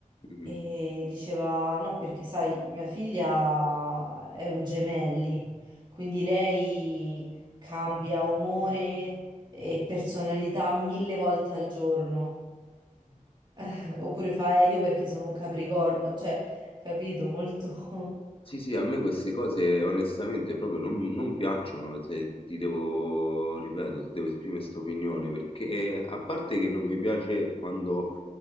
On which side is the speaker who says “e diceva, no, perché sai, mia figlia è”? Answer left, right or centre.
Right